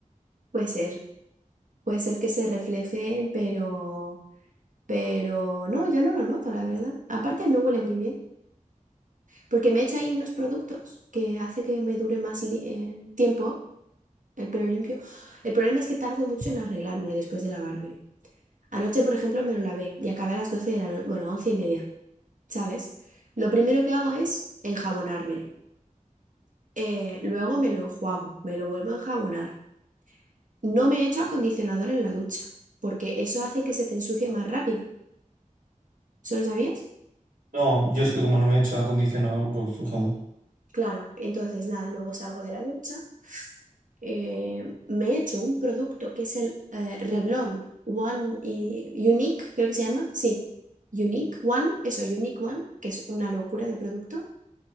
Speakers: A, on the right; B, on the right.
A: Puede ser. Puede ser que se reflejen, pero, pero no, yo no lo noto, la verdad. Aparte me huele muy bien, porque me he hecho ahí unos productos que hace que me dure más li- eh, tiempo el pelo limpio. El problema es que tardo mucho en arreglármelo después de lavármelo. Anoche, por ejemplo, me lo lavé y acabé a las 12 de la noche, bueno, 11 y media, ¿sabes? Lo primero que hago es enjabonármelo. Eh, luego me lo enjuago, me lo vuelvo a enjabonar. No me echo acondicionador en la ducha, porque eso hace que se te ensucie más rápido. ¿Eso lo sabías?
B: No, yo es que como no me he hecho acondicionador, pues fíjate.
A: Claro, entonces nada, luego salgo de la ducha, eh, me echo un producto que es el eh, Revlon One y- Unique, creo que se llama. Sí, Unique One, eso, Unique One, que es una locura de producto.